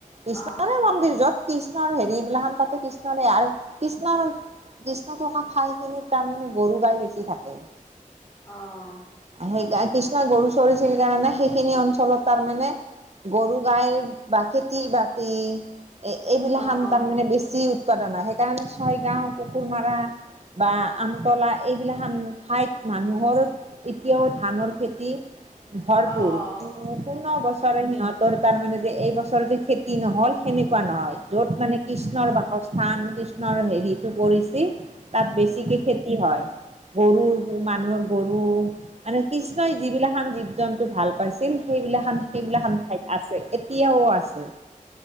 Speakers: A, on the right (about 50°); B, on the left (about 25°).
A: কৃষ্ণৰে
B: অ', অ', অ', অ', অ', অ', অ', অ', অ',
A: মন্দিৰ য'ত কৃষ্ণৰ হেৰি বিলাখন তাতে কৃষ্ণৰে আৰু কৃষ্ণৰ কৃষ্ণ থকা ঠাইখিনিত তাৰমানে গৰু গাই বেছি থাকে।
B: অ'
A: সেইকা, কৃষ্ণ‌ই গৰু চৰিছিল কাৰণে সেইখিনি অঞ্চলত তাৰ মানে গৰু গাইৰ বা খেতি বাতি এইবিলাখন
B: অ',
A: তাৰমানে বেছি উৎপাদন হয় সেইকাৰণে ছয় গাওঁ কুকুৰ মাৰা। বা আমতলা এইবিলাখন ঠাইত মানুহৰ এতিয়াও ধানৰ খেতি ভৰপূৰ
B: অ',
A: <unintelligible>
B: অ', অ',
A: বছৰে সিহঁত তাৰ মানে যে এই বছৰ যে খেতি নহ'ল সেনেকুৱা নহয়, য'ত মানে কৃষ্ণৰ বাস স্থান কৃষ্ণৰ হেৰিটো পৰিছে, তাত বেছিকে খেতি হয়। গৰুৰ, মানুহৰ গৰু মানে কৃষ্ণই যিবিলাখান জী জীৱ জন্তু ভাল পাইছিল সেইবিলাখান। সেইবিলাখন ঠাইত আছে এতিয়াও আছে